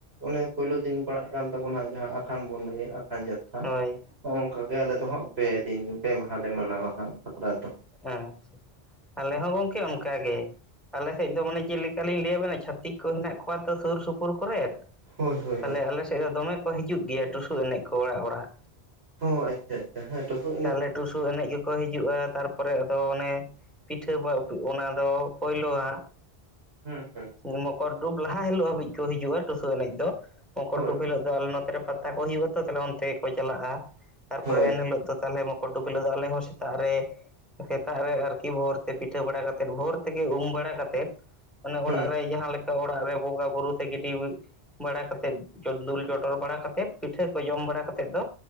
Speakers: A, on the right; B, in the centre.
A: ᱚᱱᱮ ᱯᱳᱭᱞᱳ ᱫᱤᱱ ᱯᱟᱲᱟᱜ ᱠᱟᱱ ᱛᱟᱵᱚᱱᱟ ᱦᱟᱜ ᱡᱟᱦᱟᱸ ᱟᱠᱷᱟᱱ ᱵᱚᱱ ᱞᱟᱹᱭᱟ, ᱟᱠᱷᱟᱱ ᱡᱟᱛ
B: ᱦᱳᱭ
A: ᱦᱚᱸᱜ ᱚᱱᱠᱟ ᱜᱮ ᱟᱞᱮ ᱫᱚ ᱦᱟᱸᱜ ᱯᱮ ᱫᱤᱱ ᱯᱮ ᱢᱟᱦᱟ ᱞᱮ ᱢᱟᱱᱟᱣᱟ ᱦᱟᱸᱜ, ᱥᱟᱠᱨᱟᱛ ᱫᱚ ᱾
B: ᱦᱮᱸ ᱟᱞᱮ ᱦᱚᱸ ᱜᱚᱝᱠᱮ ᱚᱱᱠᱟ ᱜᱮ ᱟᱞᱮᱥᱮᱫ ᱫᱚ ᱢᱟᱱᱮ ᱪᱮᱫ ᱞᱮᱠᱟ ᱞᱤᱧ ᱞᱟᱹᱭᱟᱵᱮᱱᱟ ᱪᱷᱟᱹᱛᱤᱠ ᱠᱚ ᱦᱮᱱᱟᱜ ᱠᱚᱣᱟ ᱛᱚ ᱥᱩᱨ ᱥᱩᱯᱩᱨ ᱠᱚᱨᱮ
A: ᱦᱳᱭ ᱦᱳᱭ
B: ᱛᱟᱞᱞᱮ
A: ᱦᱳᱭ
B: ᱟᱞᱮ ᱥᱮᱫ ᱫᱚ ᱫᱚᱢᱮ ᱠᱚ ᱦᱤᱡᱩᱜ ᱜᱮᱭᱟ ᱴᱩᱥᱩ ᱮᱱᱮᱡ ᱠᱚ ᱚᱲᱟᱜ ᱚᱲᱟᱜ᱾
A: ᱳ ᱟᱪᱪᱷᱟ ᱟᱪᱪᱷᱟ ᱡᱟᱦᱟᱸ ᱢᱩᱥᱩ
B: ᱛᱟᱦᱚᱞᱮ ᱴᱩᱥᱩ ᱮᱱᱮᱡ ᱜᱮ ᱠᱚ ᱦᱤᱡᱩᱜᱼᱟ ᱛᱟᱨᱯᱚᱨᱮ ᱟᱫᱚ ᱚᱱᱮ ᱯᱤᱴᱷᱟᱹ ᱵᱟ ᱚᱱᱟ ᱫᱚ ᱯᱳᱭᱞᱳ ᱦᱟᱸᱜ
A: ᱦᱩᱸ ᱦᱩᱸ
B: ᱢᱚᱠᱚᱨ ᱰᱩᱵ ᱞᱟᱦᱟ ᱦᱤᱞᱳᱜ ᱦᱟᱹᱵᱤᱡ ᱠᱚ ᱦᱤᱡᱩᱜᱼᱟ ᱴᱩᱥᱩ ᱮᱱᱮᱡ ᱫᱚ ᱢᱚᱠᱚᱨ
A: ᱦᱳᱭ
B: ᱰᱩᱵ ᱦᱤᱞᱳᱜ ᱫᱚ ᱟᱞᱮ ᱱᱚᱛᱮᱨᱮ ᱯᱟᱛᱟ ᱠᱚ ᱦᱩᱭᱩᱜ ᱟ ᱛᱚ ᱚᱱᱛᱮ ᱜᱮᱠᱚ ᱪᱟᱞᱟᱜᱼᱟ ᱛᱟᱨᱯᱚᱨᱮ
A: ᱦᱳᱭ
B: ᱮᱱᱦᱤᱞᱳᱜ ᱫᱚ ᱛᱟᱦᱚᱞᱮ ᱰᱩᱵ ᱦᱤᱞᱳ ᱫᱚ ᱟᱞᱮᱦᱚ ᱥᱮᱛᱟᱜᱨᱮ ᱥᱮᱛᱟᱜ ᱨᱮ ᱟᱨᱠᱤ ᱵᱷᱳᱨ ᱛᱮ ᱯᱤᱴᱷᱟᱹ ᱵᱟᱲᱟ ᱠᱟᱛᱮᱮᱫ ᱵᱷᱳᱨ ᱛᱮᱜᱮ ᱩᱢ ᱵᱟᱲᱟ ᱠᱟᱛᱮᱫ
A: ᱦᱩᱸ
B: ᱥᱮᱛᱟᱜ ᱨᱮ
A: ᱦᱩᱸ
B: ᱡᱟᱦᱟᱸ ᱞᱮᱠᱟ ᱚᱲᱟᱜ ᱨᱮ ᱵᱚᱸᱜᱟ ᱵᱩᱨᱩ ᱥᱮ ᱜᱤᱰᱤ ᱵᱟᱲᱟ ᱠᱟᱛᱮᱫ ᱫᱩᱞ ᱪᱚᱴᱚᱨ ᱵᱟᱲᱟ ᱠᱟᱛᱮᱫ ᱯᱤᱴᱷᱟᱹ ᱠᱚ ᱡᱚᱢ ᱵᱟᱲᱟ ᱠᱟᱛᱮᱫ ᱫᱚ